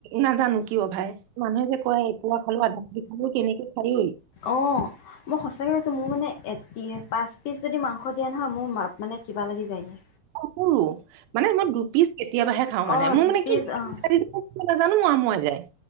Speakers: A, on the right; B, on the left.
A: নাজানো কিয় ভাই মানুহে যে কয় একোৰা খালো আধা আৰু কেনেকে খাই
B: অ মই সঁচাকে কৈছো মোৰ মানে পাঁচ পিচ যদি মাংস দিয়া নহয় মোৰ মানে কিবা লাগি যায়গৈ
A: অ সৰু মানে মই দুপিচ কেতিয়াবাহে খাওঁ মানে
B: অ',
A: মোৰ
B: দুপিচ
A: মানে কি
B: অ',
A: নাজানো আমোৱাই যায়